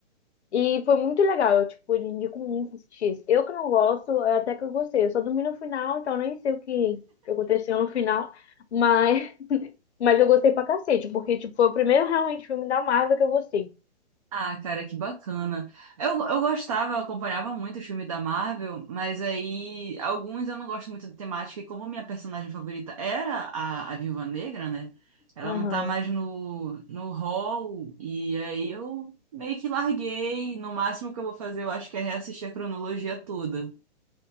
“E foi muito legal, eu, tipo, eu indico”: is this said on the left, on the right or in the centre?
Left